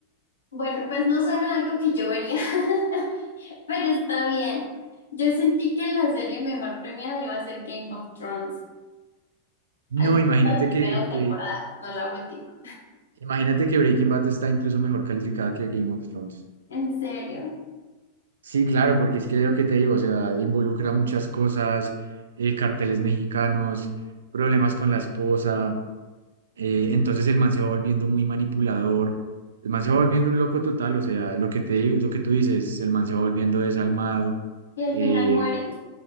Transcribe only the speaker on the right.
No,
imagínate
que, que,
imagínate que Breaking Bad está incluso mejor calificada que Game of Thrones.
Sí, claro, porque es que lo que te digo, o sea, involucra muchas cosas, eh, carteles mexicanos, problemas con la esposa, eh, entonces el man se va volviendo muy manipulador, el man se va volviendo un loco total, o sea, lo que te digo, lo que tú dices, el man se va volviendo desalmado,
eh,